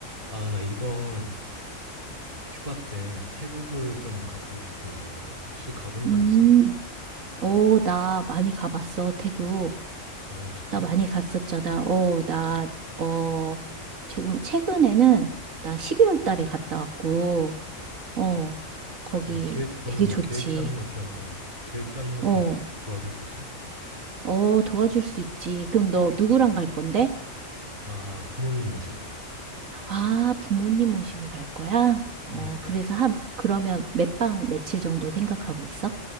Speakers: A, on the right; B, on the right.
A: 아, 나 이번 휴가 때 태국을 좀 가보고 싶은데 혹시 가본
B: 음,
A: 적 있어?
B: 어, 나 많이 가봤어, 태국.
A: 어, 진짜?
B: 나 많이 갔었잖아. 어, 나, 어, 조금, 최근에는 나 12월 달에 갔다 왔고, 어, 거기
A: 어, 나 계획 그러면
B: 되게 좋지.
A: 나 계획 짜는 것 좀, 어, 계획 짜는 것
B: 어,
A: 좀 도와줄 수 있어?
B: 어, 도와줄 수 있지. 그럼 너 누구랑 갈 건데?
A: 나 부모님 모시고.
B: 아, 부모님 모시고 갈 거야? 어,
A: 음.
B: 그래서 한, 그러면 몇 박 며칠 정도 생각하고 있어?